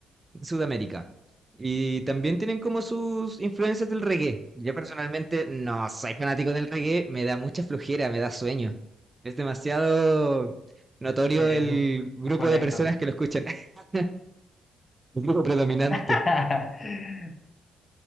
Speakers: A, on the right; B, on the left.
A: Sudamérica. Y también tienen como sus influencias del reggae. Yo personalmente no soy fanático del reggae, me da mucha flojera, me da sueño. Es demasiado notorio
B: Sí,
A: el
B: es un
A: grupo
B: poco lento.
A: de personas que lo escuchan, <laughs> el grupo predominante.
B: <laughs>